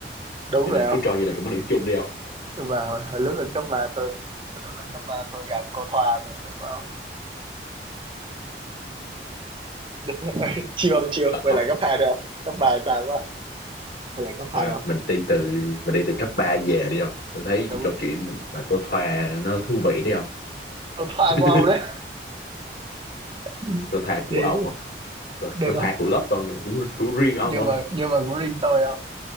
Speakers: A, on the right (about 30°); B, on the left (about 55°).
A: đúng
B: Cho
A: rồi
B: nên cứ
A: không
B: cho như là cũng có điểm chung đi không?
A: nhưng mà hồi, hồi lúc lên cấp ba tôi hồi lúc lên cấp ba tôi gặp cô Thoa tôi thích quá không <laughs> chiêu không chiêu
B: Thật
A: vậy
B: không?
A: là cấp hai rồi không cấp ba sao quá vậy là cấp hai
B: Thôi không,
A: không
B: mình đi từ mình đi từ cấp 3 về đi không? Tôi thấy
A: đúng
B: câu chuyện mà cô Thoa nó thú vị đấy không?
A: cô Thoa
B: <laughs>
A: của ông đấy <laughs>
B: Cô Thoa của
A: thì
B: ông không? Cô,
A: được
B: cô Thoa của
A: không
B: lớp tôi nhưng mà của, của riêng ông
A: nhưng
B: không?
A: mà nhưng mà của riêng tôi không